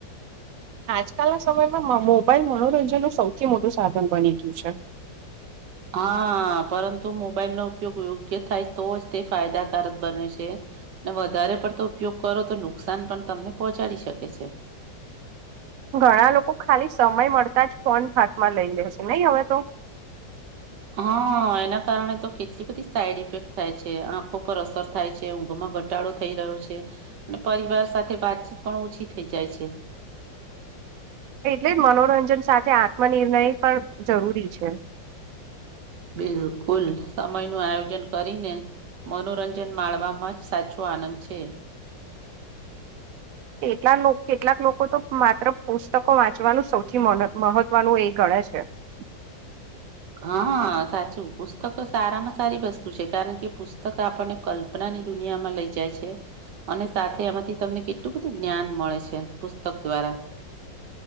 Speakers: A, on the right (about 80°); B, on the right (about 70°).
A: આજકાલના સમયમાં મોબાઈલ મનોરંજન ન સૌથી મોટું સાધન બની ગયું છે.
B: હા પરંતુ મોબાઈલનો ઉપયોગ યોગ્ય થાય તો જ તે ફાયદાકારક બને છે. ને વધારે પડતો ઉપયોગ કરો તો નુકસાન પણ તમને પહોંચાડી શકે છે.
A: ઘણા લોકો ખાલી સમય મળતા જ ફોન હાથમાં લઈ લે છે નહી હવે તો.
B: હ એના કારણે તો કેટલી બધી સાઈડ ઇફેક્ટ થાય છે આંખો પર અસર થાય છે. ઊંઘમાં ઘટાડો થઈ રહ્યો છે અને પરિવાર સાથે વાતચીત પણ ઓછી થઈ જાય છે.
A: એટલે જ મનોરંજન સાથે આત્મનિર્ણય પણ જરૂરી છે.
B: બિલકુલ સમય નું આયોજન કરીને મનોરંજન માળવામાં જ સાચો આનંદ છે.
A: કેટલાલો કેટલાક લોકો તો માત્ર પુસ્તકો વાંચવાનું સૌથી મને મહત્વનું એ ગણે છે. <inaudible>
B: હ સાચું પુસ્તકતો સારામાં સારી વસ્તુ છે કારણ કે પુસ્તક આપણને કલ્પના ની દુનિયામાં લઈ જાય છે અને સાથે એમાંથી તમને કેટલું બધું જ્ઞાન મળે છે પુસ્તક દ્વારા.